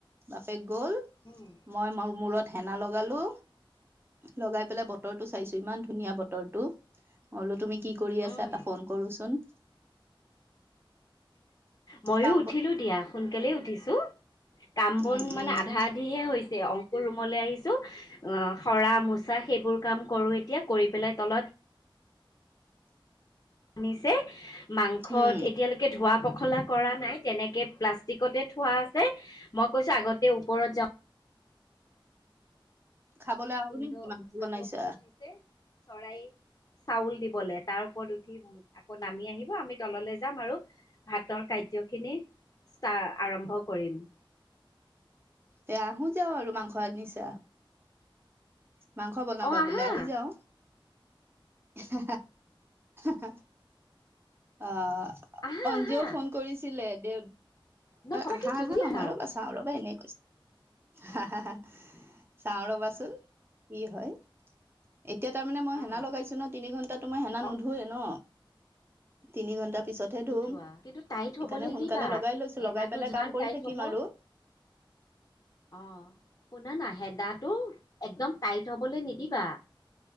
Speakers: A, on the right (about 25°); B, on the left (about 40°).
A: বাপেক গল।
B: উম
A: মই মোৰ মূৰত হেনা লগালো লগাই পেলাই বতৰটো চাইছো ইমান ধুনীয়া বতৰ টো মই বুলো তুমি কি কৰি
B: উম
A: আছা এটা ফোন কৰোচোন
B: মইও
A: কাম
B: উঠিলো দিয়া। সোনকালে উঠিছো কাম বন
A: উম
B: মানে
A: উম
B: আধা আধিহে হৈছে অং অংকো ৰুমলৈ আহিছো শৰা মোচা সেইবোৰ কাম কৰো এতিয়া কৰি পেলাই তলত আনিছে মাংস
A: উম
B: এতিয়ালৈকে ধোৱা পখলা কৰা নাই তেনেকে প্লাষ্টিকতে থোৱা মই কৈছো আগতে ওপৰত যাওঁ
A: খাবলৈ আৰু
B: ভিনদেউ
A: নে মাংসটো
B: চাদৰ
A: বনাইছা
B: ওপৰত উঠিছে চৰাই চাউল দিবলে। তাৰ ওপৰত উঠি আকৌ নামি আহিব আমি তললৈ যাম আৰু ভাতৰ কা খিনি ষ্টাৰ আৰম্ভ কৰিম
A: এইয়া আহো যা আৰু মাংস আনিছা। মাংস বনাবা
B: অ আহা
A: বোলে আহি যাওঁ। হা হা অঁ
B: আহা
A: অঞ্জু
B: আহা
A: আও ফোন কৰিছিলে। দে অ
B: ন সঁচাকে
A: আহা
B: কৈছো
A: অহা
B: গুচি
A: নহয়
B: আহা
A: ৰ'বা চাওঁ ৰ'বা এনে। হা হা হ চাওঁ ৰবাচোন কি হয় এতিয়া তাৰমানে মই হেনা
B: অ অ
A: লগাইছো ন তিনি ঘণ্টা তোমাৰ মই হেনা
B: অ
A: নুধোৱে ন তিনি ঘণ্টা পিছতহে
B: নোধোৱা
A: ধুম সেইকাৰণে
B: কিন্তু টাইট হ'বলৈ নিদিবা
A: সোনকালে লগাই লৈছো
B: হেনাটো
A: লগাই পেলাই
B: যিমান
A: কাম কৰি
B: টাইট
A: থাকিম
B: হ'ব
A: আৰু <unintelligible>
B: অ শুন ন হে দ তটো একদম টাইট হ'বলৈ নিদিবা